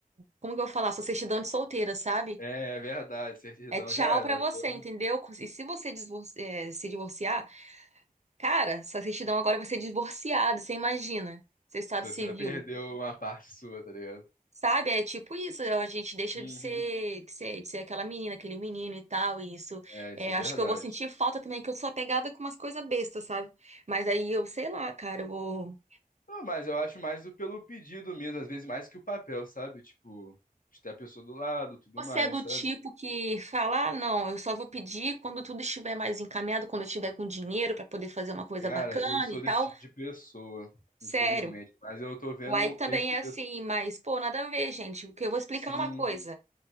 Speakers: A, on the right; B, on the left.
A: Como que eu vou falar? Sua certidão de solteira, sabe?
B: É, é verdade, certidão
A: É tchau
B: já era.
A: pra
B: Vai
A: você,
B: ser um.
A: entendeu? E se você divorci- eh, se divorciar. Cara, sua certidão agora vai ser divorciado, você imagina. Seu estado
B: Você
A: civil.
B: vai perder uma parte sua, tá ligado?
A: Sabe? É tipo isso, a gente deixa
B: Uhum.
A: de ser, de ser, de ser aquela menina, aquele menino e tal, e isso.
B: É, isso
A: É,
B: é verdade.
A: acho que eu vou sentir falta também, que eu sou apegada com umas coisas bestas, sabe? Mas aí eu, sei lá, cara, eu vou.
B: Não, mas eu acho mais o pelo pedido mesmo, às vezes mais que o papel, sabe? Tipo, de ter a pessoa do lado, tudo
A: Você
B: mais,
A: é do
B: sabe?
A: tipo que fala, ah, não, eu só vou pedir quando tudo estiver mais encaminhado, quando eu tiver com dinheiro pra poder fazer uma coisa
B: Cara,
A: bacana
B: eu sou
A: e tal.
B: desse tipo de pessoa,
A: Sério.
B: infelizmente. Mas eu tô vendo
A: O Ike também
B: esse.
A: é assim,
B: eu-
A: mas, pô, nada a ver, gente, porque eu vou explicar
B: Sim.
A: é uma coisa.